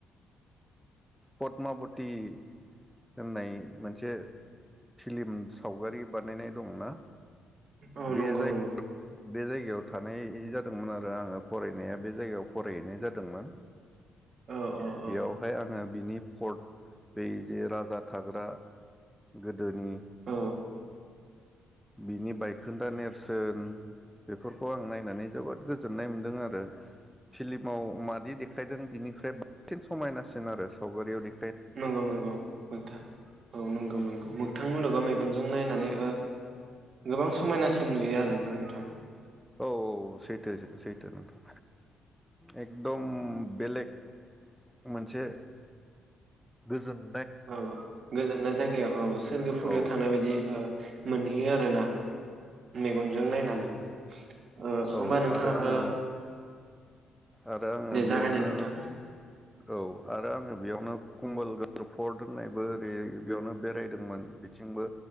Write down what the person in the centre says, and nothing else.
पदमाबति होननाय मोनसे फिल्म सावगारि बानायनाय दंना
बे
जाय
बे जायगायाव थानाय जादोंमोन आरो आङो फरायनाया बे जायगायाव फरायहैनाय जादोंमोन।
बेयावहाय आङो बिनि पर्ट बे जे राजा थाग्रा गो दोनि
बिनि बायखोन्दा नेरसोन बेफोरखौ आं नायनानै जोबोद गोजोननाय मोन्दों आरो फिलि माव मादि देखायदों बिनि ख्रुय बांसिन समायनासिन आरो सावगारियाव दे
औ औ सैथो सैथो नोंथां एकदम बेलेग मोनसे गोजोन
औ
औ
आरो आङो
आरो आङो
बेयावनो
औ आरो आङो बेयावनो कमबल फर्ट होननायबो ओरै बेयावनो बेरायदोंमोन बिथिंबो।